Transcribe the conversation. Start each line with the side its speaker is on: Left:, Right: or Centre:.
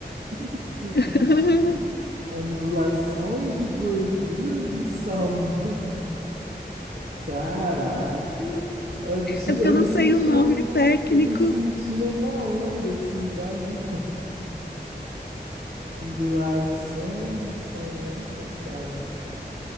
Right: <laughs> isso, que
Left: <laughs>
Right: chique. Ondulações de gordura do salmão. Caraca. Eu me, sen-
Left: É porque
Right: eu
Left: eu
Right: me
Left: não
Right: senti
Left: sei o nome
Right: num,
Left: técnico.
Right: eu me senti numa onda, assim, sabe? Ondulações de salmão. Falei, caraca,